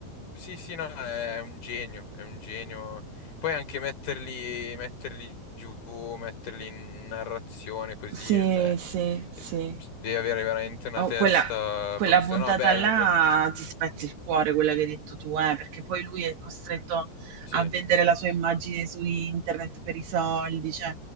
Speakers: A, on the left; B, on the right.
A: Sì, sì, no, è un genio, è un genio. Poi anche metterli, metterli giù, metterli in narrazione così,
B: Sì,
A: cioè,
B: sì, sì.
A: eh, devi avere veramente una
B: Oh,
A: testa
B: quella, quella
A: pazza.
B: puntata
A: No, bello,
B: là
A: Black...
B: ti spezzi il cuore, quella che hai detto tu, eh, perché poi lui è costretto
A: Sì,
B: a vendere la sua immagine su internet per i soldi, cioè